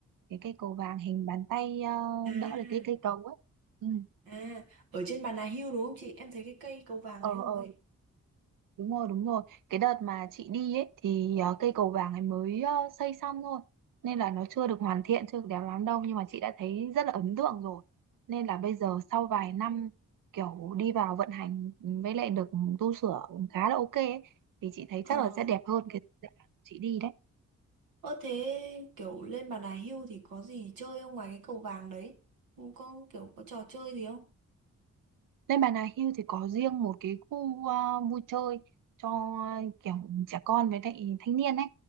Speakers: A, on the right; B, on the right.
A: cái cây cầu vàng hình bàn tay ờ,
B: à
A: đỡ là cái cây cầu ấy Ừ.
B: à ở trên Bà Nà Hills đúng không chị em thấy cái cây cầu vàng
A: ờ
B: đấy rồi
A: ờ Đúng rồi, đúng rồi. Cái đợt mà chị đi ấy thì ờ, cây cầu vàng ấy mới ờ, xây xong thôi. Nên là nó chưa được hoàn thiện, chưa được đẹp lắm đâu. Nhưng mà chị đã thấy rất là ấn tượng rồi. Nên là bây giờ sau vài năm kiểu đi vào vận hành với lại được tu sửa khá là ok ấy, thì chị thấy
B: ờ
A: chắc là sẽ đẹp hơn cái dự án chị đi đấy.
B: ơ thế kiểu lên Bà Nà Hills thì có gì chơi không ngoài cái cầu vàng đấy Không có kiểu có trò chơi gì không
A: Lên Bà Nà Hills thì có riêng một cái khu ờ, vui chơi cho ờ, kiểu trẻ con với lại thanh niên ấy.